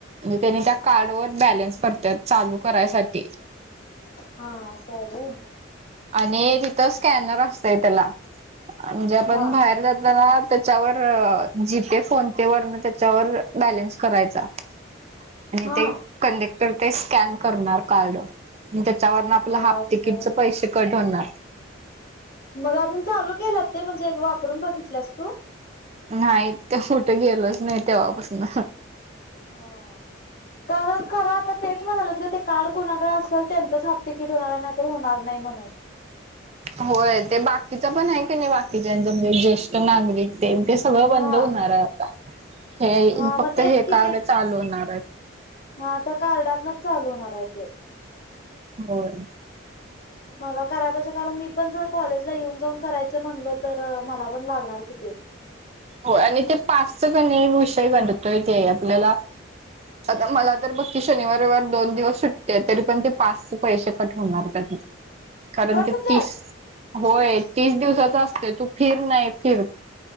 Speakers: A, on the right; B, on the left.
A: म त्यानी त्या कार्ड बॅलन्स पडतात चालू करायसाठी
B: हा आस हाय व्हय
A: आणि तिथं स्कॅनर असतय त्याला म्हणजे आपण
B: हा
A: बाहेर जात ना त्याच्यावर जीपे फोन पे वरणं त्याच्यावर बॅलन्स करायचा आणि
B: हा
A: ते कंडेक्टर ते स्कॅन करणार कार्ड चाय वर्ण आपल
B: हा
A: हाफ
B: असं
A: तिकीटच पैसे कट होणार
B: मग आजून चालू केलात ते म्हणजे वापरून बघितलंस तू
A: नाही ते कुठे गेलोच नाही तेव्हापासन
B: हा <unintelligible> खरं आता तेच म्हणालेत ग ते कार्ड कोणाकडे असेल त्यांचंच हाफ तिकीट होणार नाही तर होणार नाही म्हणून
A: होय ते बाकीच पण आहे की नाही बाकीच्याच म्हणजे ज्येष्ठ नागरिक ते ते सगळं
B: हा
A: बंद होणार आहे आता हे
B: हा
A: फक्त
B: मग तेच
A: हे
B: कि
A: कार्ड
B: ते
A: चालू होणार आहे
B: हा त्या कार्डात ना चालून नार आहे ते
A: होय
B: मला करा पाहिजे कारण मी पण जर कॉलेजला येऊन जाऊन करायचं म्हणलो तर मला पण लागणार कि ते
A: होय आणि ते पास च काने विषय गंडतोय ते आपल्याला आता मला तर बघती शनिवार, रविवार दोन दिवस सुट्टी हाय तरी पण ते पास चे पैसे कट होणार कारण
B: कट
A: ते
B: होत्यात
A: तीस होय तीस दिवसाच असते तू फिर नाही फिर